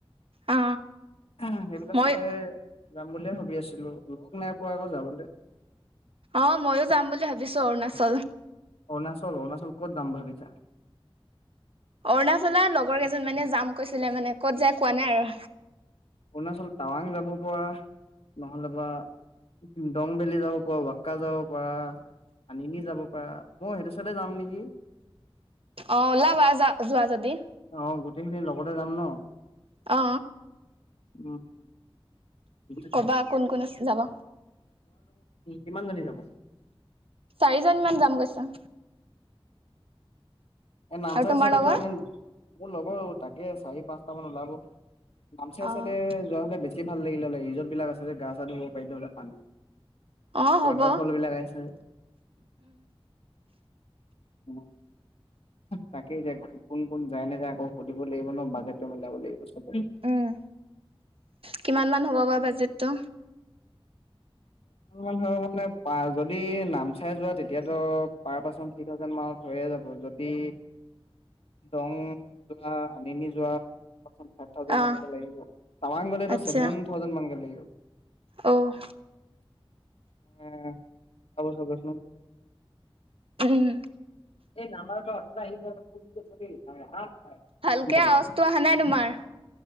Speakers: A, on the right; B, on the left.
A: অ
B: এহে সেইবিলাক
A: মই
B: চাইডে যাম বুলিয়ে ভাবি আছিলো লগ নাই পোৱা আকৌ যাবলৈ
A: অ ময়ো যাম বুলি ভাবিছো অৰুণাচল
B: অৰুণাচল অৰুণাচল ক'ত যাম ভাবিছা?
A: অৰুণাচলৰ লগৰ কেইজন মানে যাম কৈছিলে মানে ক'ত যাই কোৱা নাই আৰু।
B: অৰুণাচল টাৱাং যাব পৰা নহ'লে বা দংবেলি যাব পাৰ বাক্কা যাব পাৰা আনিনি যাব পাৰা মই সেইটো চালে যাম নেকি
A: অ ওলাবা যোৱা যদি
B: অ গোটেইখিনি লগতে যাম ন? !
A: অ।
B: <unintelligible> উ
A: ক'বা কোন কোন যাব
B: কিমানজনী যাব?
A: চাৰিজন মান যাম কৈছে।
B: নামচাই
A: আৰু তোমাৰ
B: চাইদে
A: লগৰ
B: যোৱাৰ মোৰ লগৰ তাকে চাৰি পাঁচটা মান ওলাব নামচাই
A: অ',
B: চাইডে যোৱা হলে বেছি বেছি ভাল লাগিলে হলে ৰেচৰ্তবিলাক আছে যে গা চা ধুব পাৰিলো হলে পানীত।
A: অ', হ'ব
B: ৱাটাৰফল বিলাক আহিছে। অ তাকেই এতিয়া কোন কোন যায় নাযায় আকৌ সুধিব লাগিব ন বাজেটো মিলাব লাগিব চব।
A: উম কিমান মান হ'ব বা বাজেটটো?
B: নহয় মানে যদি নামচাই যোৱা তেতিয়াতো পাৰ পাৰ্চন থ্ৰী থাউজেণ্ড মানত হৈয়ে যাব যদি দং যোৱা আনিনি যোৱা ফাইভ থাউেণ্ড
A: অ',
B: মান লাগিব টাৱাং গলেটো
A: আচ্ছা
B: ছেভেন থাউজেণ্ড মানকে লাগিব।
A: অ',
B: <unintelligible>
A: উম
B: এই নাম্বাৰৰ পৰা উঠনি পৰা আমাৰ আহা
A: ভালকে
B: অ এম
A: আৱাজটো অহা নাই তোমাৰ